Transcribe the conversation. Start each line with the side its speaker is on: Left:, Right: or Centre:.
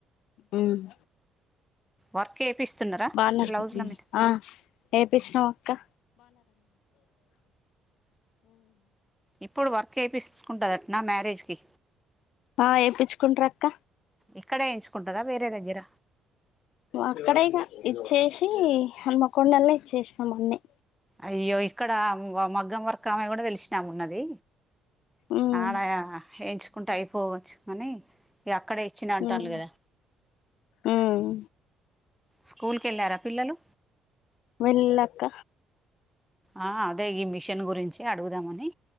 Left: ఉమ్మ్
Centre: వర్క్ ఏపిస్తున్నారా.
Left: బానర్పతి
Centre: బ్లౌజ్ల మీద
Left: ఆ ఏపిచ్చినం అక్క
Centre: ఇప్పుడు వర్క్ ఏపిస్కుంటదటనా మ్యారేజ్ కి.
Left: ఆ ఏపిచ్చుకుంట్ర్ అక్క
Centre: ఇక్కడే ఏయించుకుంటదా వేరే దగ్గర
Left: అక్కడేగా ఇచ్చేసి, హనుమకొండల్నే ఇచ్చేసినాం అన్ని.
Centre: అయ్యో ఇక్కడ, మగ్గం వర్కమే గుడా తెలిసినామే ఉన్నది.
Left: ఉమ్
Centre: ఆడ ఎయించుకుంటే అయిపోవచ్చు గనీ, ఇగ అక్కడే ఇచ్చిన అంటాల్లు
Left: ఉమ్
Centre: గదా.
Left: ఉమ్
Centre: స్కూల్ కేళ్ళారా పిల్లలు.
Left: వెళ్ళక్క
Centre: ఆ అదే ఈ మిషన్ గురించి అడుగుదామని